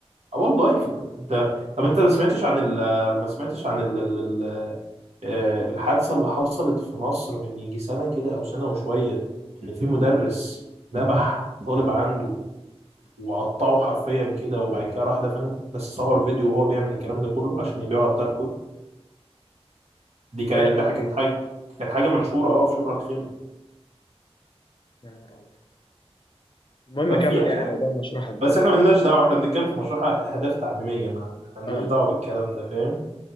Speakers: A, on the right; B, on the left.
A: اه والله في... انت طب انت ما سمعتش عن ال... ما سمعتش عن ال... آه، الحادثة اللي حصلت في مصر من يجي سنة كده أو سنة وشوية إن في مدرس ذبح طالب عنده وقطعه حرفيا كده وبعد كده راح دفنه بس صور فيديو وهو بيعمل الكلام ده كله عشان يبيعه على الدارك ويب دي كانت
B: لا يا رب
A: ده كانت حاجة كانت حاجة مشهورة اه في شبرا الخيمة
B: يا نهار ابيض المهم
A: ففي
B: كمل
A: يعني
B: يعني
A: في حاجة
B: موضوع المشرحه ده
A: بس احنا ملناش دعوة احنا بنتكلم في مشروع أهداف تعليمية ما ما- ملناش
B: اه
A: دعوة بالكلام ده فاهم